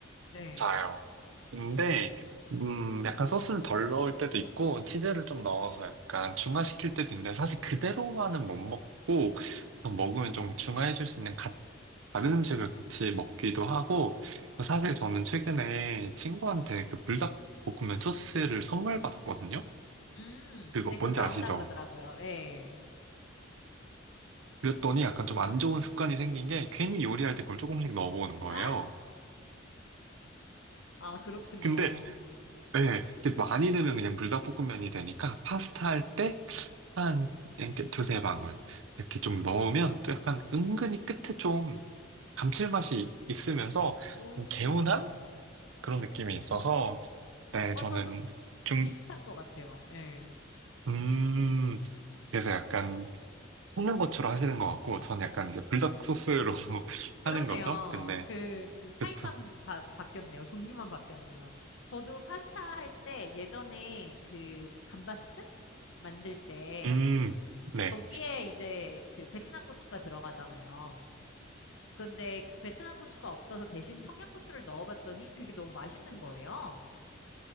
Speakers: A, on the left; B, on the right.
A: 네.
B: 맞아요. 근데,
A: 어.
B: 음, 약간 소스를 덜 넣을 때도 있고, 치즈를 좀 넣어서 약간 중화시킬 때도 있는데, 사실 그대로만은 못 먹고, 먹으면 좀 중화해줄 수 있는 가- 다른 음식을 같이 먹기도 하고, 사실 저는 최근에 친구한테 그 불닭볶음면 소스를 선물 받았거든요?
A: 음,
B: 그거
A: 네, 그거
B: 뭔지
A: 나온다
B: 아시죠?
A: 그러더라고요. 예.
B: 그랬더니 약간 좀 안 좋은 습관이 생긴 게, 괜히 요리할 때 그걸 조금씩 넣어보는 거예요.
A: 아, 아, 그렇군요.
B: 근데, 예, 이렇게 많이 넣으면 그냥 불닭볶음면이 되니까, 파스타 할 때, 한 이렇게 두세 방울 이렇게 좀 넣으면 또 약간 은근히 끝에 좀 감칠맛이 있으면서
A: 오,
B: 좀 개운한 그런 느낌이
A: 오.
B: 있어서 네
A: 어,
B: 저는
A: 저도
B: 중
A: 비슷한 것 같아요. 예.
B: 음 그래서 약간 볶는 고추로 하시는 것 같고 저는 약간 이제 불닭 소스로 <laughs>
A: 그러네요.
B: 하는 거죠 근데
A: 그 타입만
B: 그쵸
A: 바, 바뀌었네요. 종류만 바뀌었네요. 저도 파스타 할 때 예전에 그 감바스 만들 때
B: 음네음
A: 거기에 이제 그 베트남 고추가 들어가잖아요. 근데 베트남 고추가 없어서 대신 청양고추를 넣어봤더니 그게 너무 맛있는 거예요.